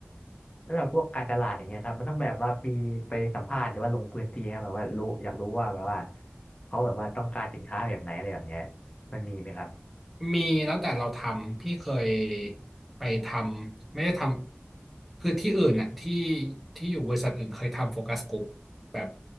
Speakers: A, on the left; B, in the centre.
A: แล้วแบบพวกการตลาดอย่างเงี้ยครับมันต้องแบบว่ามีไปสัมภาษณ์หรือว่าลงพื้นที่ครับแบบว่ารู้อยากรู้ว่าแบบว่าเขาแบบว่าต้องการสินค้าแบบไหนอะไรแบบเนี้ยมันมีไหมครับ
B: มีแล้วแต่เราทำพี่เคยไปทำไม่ได้ทำคือที่อื่นน่ะที่ที่อยู่บริษัทอื่นเคยทำโฟกัสกลุ่มแบบ